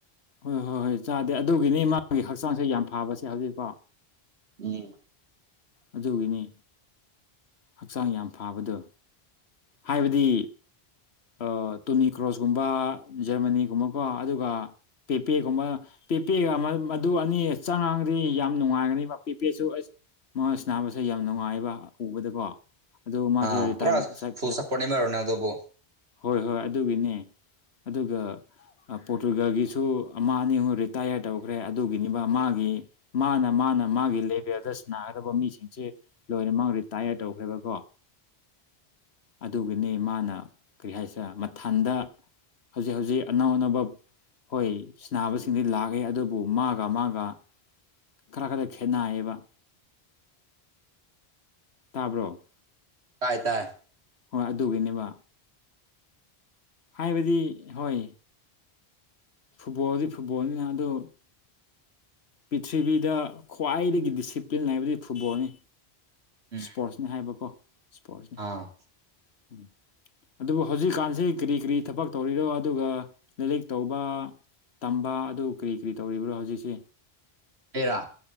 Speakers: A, on the left (about 80°); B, on the right (about 80°).
A: ꯎꯝ ꯍꯣꯏ ꯆꯥꯗꯦ ꯑꯗꯨꯒꯤꯅꯤ ꯃꯥꯒꯤ ꯍꯛꯆꯥꯡꯁꯦ ꯌꯥꯝ ꯐꯥꯕꯁꯦ ꯍꯧꯖꯤꯛꯐꯥꯎ
B: ꯎꯝ
A: ꯑꯗꯨꯒꯤꯅꯤ ꯍꯛꯆꯥꯡ ꯌꯥꯝ ꯐꯥꯕꯗꯨ ꯍꯥꯏꯕꯗꯤ ꯑꯣ ꯇꯨꯅꯤ ꯀ꯭ꯔꯣꯁꯀꯨꯝꯕ ꯖꯔꯃꯅꯤꯒꯨꯝꯕꯀꯣ ꯑꯗꯨꯒ ꯄꯦꯄꯦꯒꯨꯝꯕ ꯄꯦꯄꯦꯒ ꯃ ꯃꯗꯨ ꯑꯅꯤ ꯆꯪꯉꯥꯡꯗꯤ ꯌꯥꯝ ꯅꯨꯡꯉꯥꯏꯒꯅꯤꯕ ꯄꯦꯄꯦꯁꯨ ꯑꯩꯁ ꯃꯣꯏ ꯁꯥꯟꯅꯕꯁꯦ ꯌꯥꯝ ꯅꯨꯡꯉꯥꯏꯌꯦꯕ ꯎꯕꯗꯀꯣ ꯑꯗꯣ ꯃꯥꯁꯦ
B: ꯑꯥ
A: ꯔꯤꯇꯥꯌꯔꯠ
B: ꯄꯨꯔꯥ
A: ꯆꯠ
B: ꯐꯨꯜ ꯁꯄꯣꯔꯠꯅꯦꯕ ꯔꯣꯅꯥꯜꯗꯣꯕꯨ
A: ꯍꯣꯏ ꯍꯣꯏ ꯑꯗꯨꯒꯤꯅꯦ ꯑꯗꯨꯒ ꯄꯣꯔꯇꯨꯒꯜꯒꯤꯁꯨ ꯑꯃ ꯑꯅꯤ ꯍꯨꯝ ꯔꯤꯇꯥꯌꯔ ꯇꯧꯈ꯭ꯔꯦ ꯑꯗꯨꯒꯤꯅꯤꯕ ꯃꯥꯒꯤ ꯃꯥꯅ ꯃꯥꯅ ꯃꯥꯒꯤ ꯂꯦꯚꯦꯜꯗ ꯁ꯭ꯅꯥꯒꯗꯕ ꯃꯤꯁꯤꯡꯁꯦ ꯂꯣꯏꯅ ꯃꯛ ꯔꯤꯇꯥꯌꯔ ꯇꯧꯈ꯭ꯔꯦꯕꯀꯣ ꯑꯗꯨꯒꯤꯅꯤ ꯃꯥꯅ ꯀꯔꯤ ꯍꯥꯏꯁꯤꯔꯦ ꯃꯊꯟꯗ ꯍꯧꯖꯤꯛ ꯍꯧꯖꯤꯛ ꯑꯅꯧ ꯑꯅꯧꯕ ꯍꯣꯏ ꯁ꯭ꯅꯥꯕꯁꯤꯡꯗꯤ ꯂꯥꯛꯏ ꯑꯗꯨꯕꯨ ꯃꯥꯒ ꯃꯥꯒ ꯈꯔ ꯈꯔ ꯈꯦꯠꯅꯥꯏꯌꯦꯕ ꯇꯥꯕ꯭ꯔꯣ
B: ꯇꯥꯏ ꯇꯥꯏ
A: ꯍꯣꯏ ꯑꯗꯨꯒꯤꯅꯦꯕ ꯍꯥꯏꯕꯗꯤ ꯍꯣꯏ ꯐꯨꯠꯕꯣꯜꯗꯤ ꯐꯨꯠꯕꯣꯜꯅꯤꯅ ꯑꯗꯨ ꯄꯤꯊ꯭ꯔꯤꯕꯤꯗ ꯈ꯭ꯋꯥꯏꯗꯒꯤ ꯗꯤꯁꯤꯄ꯭ꯂꯤꯟ ꯂꯩꯕꯗꯤ ꯐꯨꯠꯕꯣꯜꯅꯤ
B: ꯎꯝ
A: ꯁ꯭ꯄꯣꯔꯠꯁꯅꯦ ꯍꯥꯏꯕꯀꯣ ꯁ꯭ꯄꯣꯔꯠꯁꯅꯦ
B: ꯑꯥ
A: ꯎꯝ ꯑꯗꯨꯕꯨ ꯍꯧꯖꯤꯛꯀꯥꯟꯁꯤ ꯀꯔꯤ ꯀꯔꯤ ꯊꯕꯛ ꯇꯧꯔꯤꯔꯣ ꯑꯗꯨꯒ ꯂꯩꯔꯤꯛ ꯇꯧꯕ ꯇꯝꯕ ꯑꯗꯨ ꯀꯔꯤ ꯀꯔꯤ ꯇꯧꯔꯤꯕ꯭ꯔꯣ ꯍꯧꯖꯤꯛꯁꯤ
B: ꯑꯩꯔꯣ